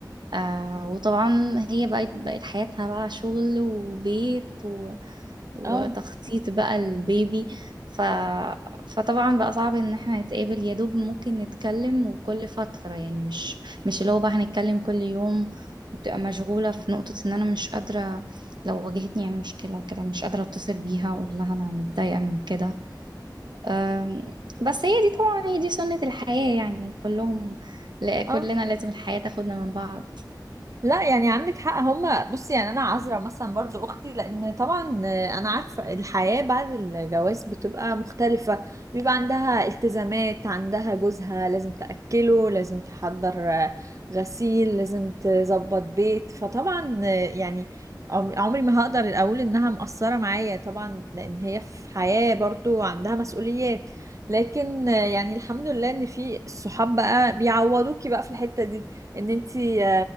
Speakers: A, on the right (about 75°); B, on the right (about 45°).
A: آه وطبعا هي بقت بقت حياتها بقى شغل وبيت و... وتخطيط
B: اه
A: بقى البيبي ف... فطبعا بقى صعب ان احنا نتقابل يا دوب ممكن نتكلم وكل فترة يعني مش مش اللي هو بقى هنتكلم كل يوم وبتبقى مشغولة في نقطة ان انا مش قادرة لو واجهتني يعني مشكلة وكده مش قادرة اتصل بيها واقول لها انا متضايقة من كده أم، بس هي دي طبعا هي دي سنة الحياة يعني كلهم لا كلنا
B: اه
A: لازم الحياة تاخدنا من بعض
B: لا يعني عندك حق هما بصي يعني انا عذرة مثلا برضو اختي لان طبعا انا عارفة الحياة بعد الجواز بتبقى مختلفة بيبقى عندها التزامات عندها جوزها لازم تأكله لازم تحضر غسيل لازم تظبط بيت فطبعا يعني عمر- عمري ما هقدر اقول انها مقصرة معايا طبعا لان هي في حياة برضو عندها مسؤوليات لكن يعني الحمد لله ان في الصحاب بقى بيعوضوكي بقى في الحتة دي ان انتي